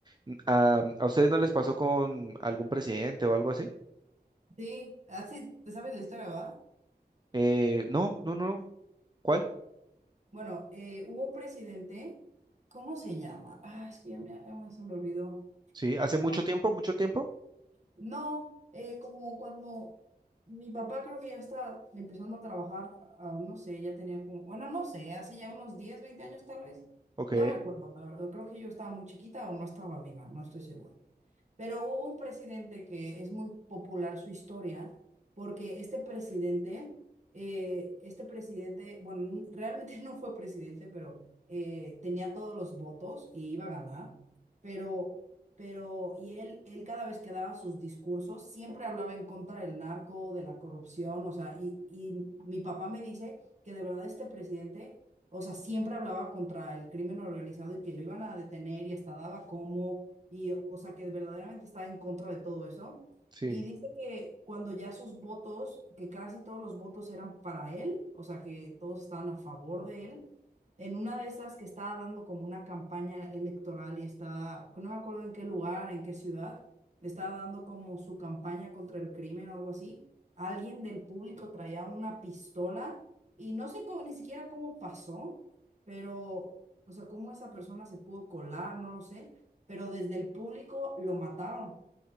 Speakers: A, on the right; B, on the right.
A: N- ¿A, a ustedes no les pasó con algún presidente o algo así?
B: Sí, así, te sabes la historia, ¿va?
A: Eh, no, no, no, no. ¿Cuál?
B: Bueno, eh, hubo un presidente, ¿cómo se llama? Ah, es que ya me, ya me- se me olvidó.
A: Sí, hace mucho
B: Ah,
A: tiempo, mucho tiempo.
B: no, eh, como cuando mi papá creo que ya está empezando a trabajar, ah, no sé, ya tenía como, bueno, no sé, hace ya unos 10 20 años tal vez.
A: Ok,
B: No recuerdo, la verdad, creo que yo estaba muy chiquita o no estaba viva, no estoy segura. Pero hubo un presidente que es muy popular su historia, porque este presidente, eh, este presidente, bueno, n- realmente <laughs> no fue presidente, pero eh, tenía todos los votos y iba a ganar, pero, pero, y él, él cada vez que daba sus discursos, siempre hablaba en contra del narco, de la corrupción, o sea, y, y mi papá me dice que de verdad este presidente... O sea, siempre hablaba contra el crimen organizado y que lo iban a detener y hasta daba como y o sea que verdaderamente está en contra de todo eso.
A: sí.
B: Y dice que cuando ya sus votos, que casi todos los votos eran para él, o sea que todos estaban a favor de él, en una de esas que estaba dando como una campaña electoral y estaba, no me acuerdo en qué lugar, en qué ciudad, estaba dando como su campaña contra el crimen o algo así, alguien del público traía una pistola y no sé cómo, ni siquiera cómo pasó, pero, o sea, cómo esa persona se pudo colar, no lo sé pero desde el público lo mataron.